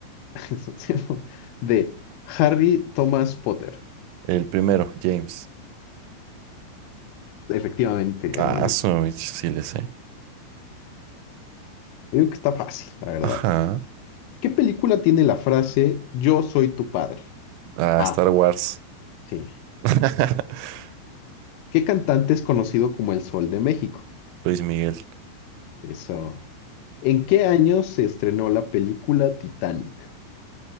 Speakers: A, on the left; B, on the right.
A: <laughs> D. Harry Thomas Potter.
B: El primero, James.
A: Efectivamente,
B: Ah,
A: hermano.
B: su mecha, sí le sé.
A: Yo Digo que está fácil, la verdad.
B: Ajá.
A: ¿Qué película tiene la frase Yo soy tu padre?
B: Ah,
A: A.
B: Star Wars.
A: Sí.
B: <laughs>
A: ¿Qué cantante es conocido como El Sol de México?
B: Luis Miguel.
A: Eso. ¿En qué año se estrenó la película Titanic?